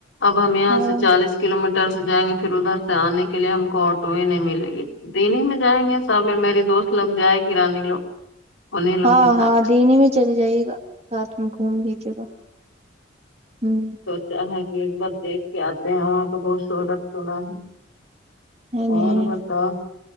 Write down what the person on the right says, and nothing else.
ہاں
ہاں
ہاں دینی میں چل جائے گا ساتھ گھوم لیجئے گا ہمم
ہے
نہیں